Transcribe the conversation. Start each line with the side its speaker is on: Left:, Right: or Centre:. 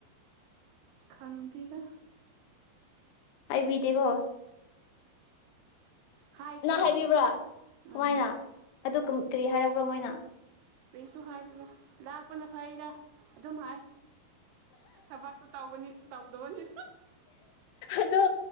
Right: ꯈꯪꯇꯤꯗ
Left: ꯑꯥꯏꯕꯤꯗꯦꯀꯣ
Right: ꯍꯥꯏꯈ꯭ꯔꯦ
Left: ꯅꯅꯥ ꯍꯥꯏꯕꯤꯕ꯭ꯔꯥ ꯀꯃꯥꯏꯅ
Right: ꯎꯝ
Left: ꯑꯗꯨ ꯀꯔꯤ ꯍꯥꯏꯛꯔꯕ꯭ꯔꯣ ꯃꯣꯏꯅ
Right: ꯀꯩꯁꯨ ꯍꯥꯏꯗꯅ ꯂꯥꯛꯄꯅ ꯐꯩꯔ ꯑꯗꯨꯝ ꯍꯥꯏ ꯊꯕꯛꯁꯨ ꯇꯅꯤ ꯇꯧꯗꯕꯅꯤ
Left: ꯑꯗꯣ